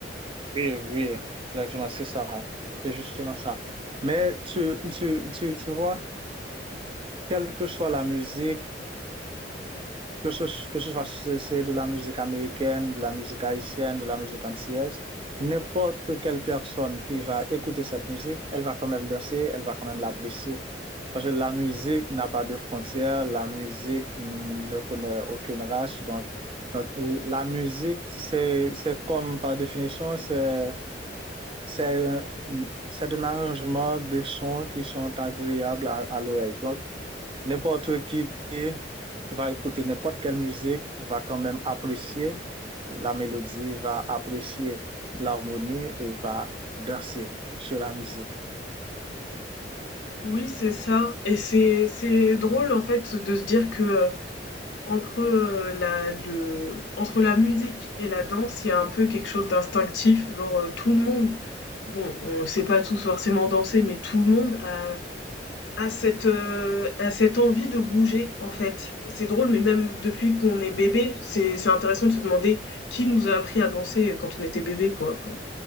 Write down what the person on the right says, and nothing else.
Oui, oui, exactement, c'est ça. C'est justement ça. Mais tu, tu, tu, tu vois, quelle que soit la musique, que ce, que ce soit si c'est de la musique américaine, de la musique haïtienne, de la musique antillaise, n'importe quelle personne qui va écouter cette musique, elle va quand même danser, elle va quand même l'apprécier. Parce que la musique n'a pas de frontières, la musique ne connaît aucune race. Donc, donc la musique, c'est, c'est comme par définition, c'est c'est un- c'est un arrangement de sons qui sont agréables à, à l'oreille. Donc, n'importe qui va écouter n'importe quelle musique, va quand même apprécier la mélodie, va apprécier l'harmonie et va danser sur la musique.